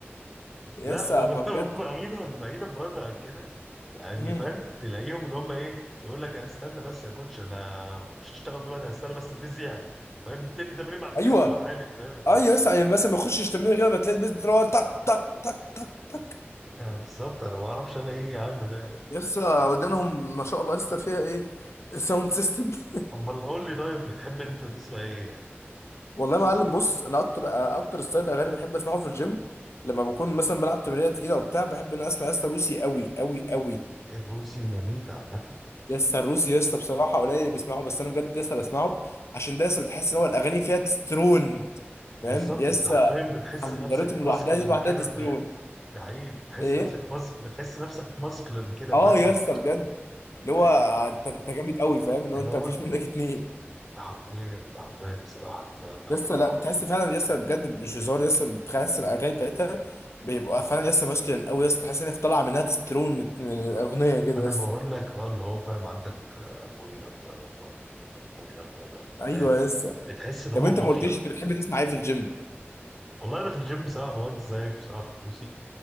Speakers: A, on the left; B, in the centre.
A: يسا
B: لا و-
A: اما بجد
B: وبعيدا <laughs> بعيدا برضه عن كده يعني
A: مهم.
B: فاهم تلاقيهم اللي هم ايه يقول لك هستنى بس يا كوتش انا مش هشتغل دلوقتي هستنى بس البيز يعلى فاهم بيبتدي تمرين مع البيز
A: ايوه
B: وهو عالي فاهم اللي
A: ايوه
B: هو
A: يسا يعني مثلا ما يخشش تمرين كده ما تلاقي البيز بتروح تك تك تك تك تك
B: انا بالظبط انا ما اعرفش انا ايه يا عم ده
A: يسا ودانهم ما شاء الله يسا فيها ايه الساوند سيستم <laughs>
B: امال قول لي طيب بتحب انت تسمع ايه؟
A: والله يا معلم بص انا اكتر اكتر ستايل اغاني بحب اسمعه في الجيم لما بكون مثلا بلعب تمرينه تقيله وبتاع بحب ان أنا اسمع يسا روسي قوي قوي قوي
B: الروسي ومانيتا عامة
A: يا اسطى الروسي يا اسطى بصراحه قليل اللي بيسمعه بس انا بجد يا اسطى بسمعه عشان ده يا اسطى بتحس ان هو الاغاني فيها تسترون فاهم
B: بالظبط
A: يا
B: انت
A: اسطى
B: حرفيا بتحس
A: حنجرتهم
B: نفسك ماسكلن
A: لوحدها دي لوحدها
B: كده
A: تسترون
B: فاهم ده حقيقي بتحس
A: ايه
B: نفسك ماسك بتحس نفسك ماسكلن كده
A: اه
B: فاهم
A: يا اسطى بجد اللي
B: يعني
A: هو انت انت جامد قوي فاهم اللي
B: اللي
A: هو انت
B: هو
A: مفيش
B: انت
A: منك اتنين
B: أنت حرفيا انت حرفيا بصراحه انا فاهم معاك
A: يا اسطى
B: في-
A: لا بتحس فعلا يا اسطى بجد مش هزار يا اسطى بتحس الاغاني بتاعتها بيبقى فعلا يا اسطى ماسكلين قوي يا اسطى تحس ان هي طالعه منها تسترون من من الاغنيه كده
B: انا
A: يا اسطى
B: بقول لك اه اللي هو فاهم عندك آه، بوينك جرب آه، بوينك بوينك جرب فاهم
A: ايوه يا اسطى
B: بتحس ان
A: طب
B: هم
A: انت ما
B: مافيا
A: قلتليش انت بتحب تسمع ايه في الجيم
B: والله انا في الجيم بصراحه بودي زيك بصراحه في فلوسي